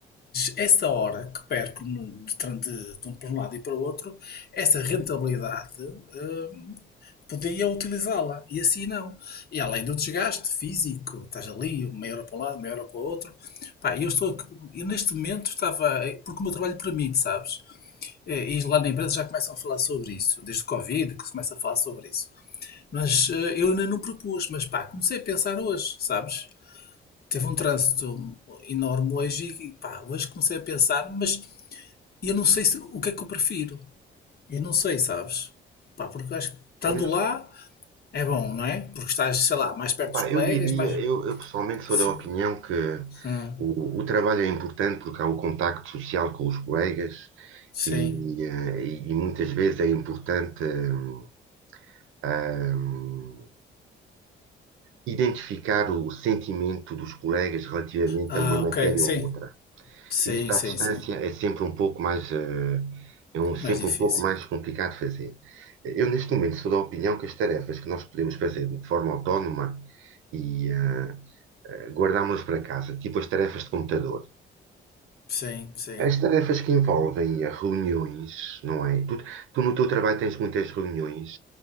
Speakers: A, on the left (about 50°); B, on the right (about 85°).
A: essa hora que perco no- de, tran- de- de um- para um lado e para o outro, essa rentabilidade hum, podia utilizá-la e assim não. E além do desgaste físico, estás ali, meia hora para um lado, meia hora para o outro. Pá, eu estou, aqui- eu neste momento estava, eh, porque o meu trabalho permite, sabes? Eh, E lá na empresa já começam a falar sobre isso, desde o Covid que se começa a falar sobre isso. Mas eh, eu ainda não propus, mas pá, comecei a pensar hoje, sabes? Teve um trânsito enorme hoje e pá, hoje comecei a pensar, mas e eu não sei se, o que é que eu prefiro. Eu não sei, sabes? Pá, porque eu acho que estando
B: Pois,
A: lá é bom, não é? Porque estás, sei lá, mais perto
B: Epá,
A: dos colegas,
B: eu diria,
A: mais.
B: eu, eu pessoalmente sou
A: Sim.
B: da opinião que
A: Hum,
B: o, o trabalho é importante porque há o contacto social com os colegas
A: sim.
B: e, eh, e- e muitas vezes é importante hum, hum, identificar o sentimento dos colegas relativamente
A: Ah,
B: a uma matéria
A: ok. Sim.
B: ou outra.
A: Sim,
B: Isso
A: sim,
B: à distância
A: sim.
B: é sempre um pouco mais, eh, é um- sempre
A: Mais difícil.
B: um pouco mais complicado de fazer. Eu, neste momento, sou da opinião que as tarefas que nós podemos fazer de forma autónoma e eh, guardámos-las para casa, tipo as tarefas de computador.
A: Sim, sim.
B: As tarefas que envolvem eh, reuniões, não é? Tu, tu no teu trabalho tens muitas reuniões,